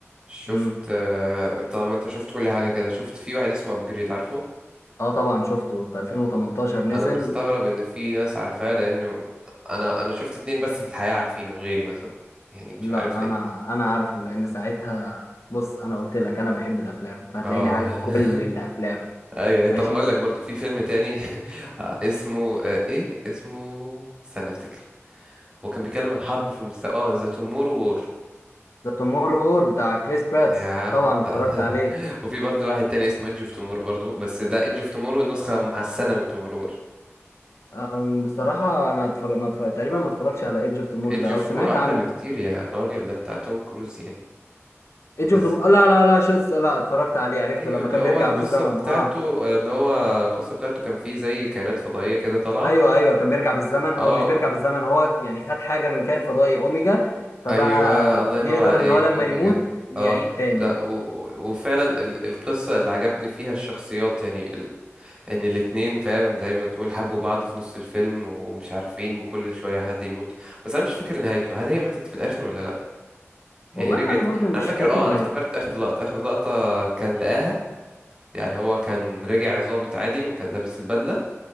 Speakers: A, on the right; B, on the left.
A: شفت
B: مم.
A: آه، طالما انت شفت كل حاجة كده شفت في واحد اسمه ابجريد عارفه
B: اه طبعا شفته في 2018 نزل
A: انا مستغرب ان في ناس عارفاه لانه انا انا شفت اتنين بس في الحياة عارفينه غيري مثلا يعني مش
B: لا
A: عارف ليه
B: انا انا عارفه لان ساعتها بص انا قلت لك انا بحب الافلام فهتلاقيني
A: اه
B: عارف
A: <laughs>
B: كل الافلام
A: ايوه
B: ماشي
A: طب هقول لك برضو في فيلم تاني <laughs> اسمه آه، ايه اسمه استنى افتكر هو كان بيتكلم عن حرب في مست... اه ذا تومورو وور
B: ذا توموررو وور بتاع كريس براتس
A: يا عم
B: طبعا
A: انت
B: اتفرجت عليه
A: <laughs> وفي برضو واحد تاني اسمه ايدج اوف تومورو برضو بس ده ايدج اوف تومورو نسخة محسنة من تومورو وور
B: أم، بصراحة أنا اتفرج... ما اتفرج... تقريبا ما اتفرجش على ايدج اوف توموررو
A: ايدج
B: ده أو
A: اوف
B: سمعت
A: تومورو احلى
B: عنه
A: بكتير يا راجل ده بتاع توم كروز يعني
B: ايدج
A: انت
B: اوف
A: ازاي
B: توموررو لا لا لا شو لا اتفرجت عليه عرفته
A: ايوه
B: لما
A: اللي
B: كان
A: هو
B: بيرجع
A: القصة
B: بالزمن
A: بتاعته
B: اه
A: اللي هو القصة بتاعته كان فيه زي كائنات فضائية كده طالعة
B: أيوه أيوه كان بيرجع بالزمن
A: اه
B: أو مش بيرجع بالزمن هو يعني خد حاجة من كائن فضائي أوميجا فبقى
A: ايوه الله ينور
B: يقدر
A: عليك
B: إن هو لما
A: اوميجا
B: يموت يعيد
A: اه
B: تاني
A: لا و... و- وفعلا ال- القصة اللي عجبني فيها الشخصيات يعني ان الاتنين فاهم زي ما تقول حبوا بعض في نص الفيلم ومش عارفين كل شوية حد يموت بس انا مش فاكر نهايته هل هي ماتت في الاخر ولا لا يعني
B: والله
A: رجعت
B: أنا برضو مش
A: انا فاكر
B: فاكر
A: اه
B: نهايته
A: انا افتكرت اخر لقطة اخر لقطة كان لقاها يعني هو كان رجع ظابط عادي وكان لابس البدلة